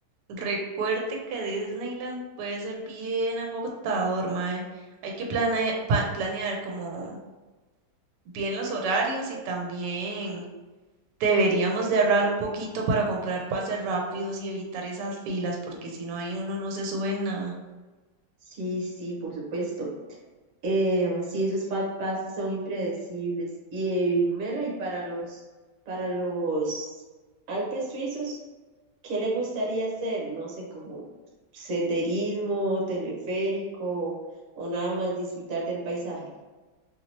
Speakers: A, on the right; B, on the right.
A: recuerde que Disneyland puede ser bien agotador, mae. Hay que plane- pa- planear como bien los horarios y también deberíamos de ahorrar un poquito para comprar pases rápidos y evitar esas filas, porque si no hay uno no se sube en nada.
B: Sí, sí, por supuesto. Eh, sí, esos fat pases son impredecibles. Y eh, Mela, y para los, para los Alpes suizos, ¿qué le gustaría hacer? No sé, como senderismo, teleférico o nada más disfrutar del paisaje.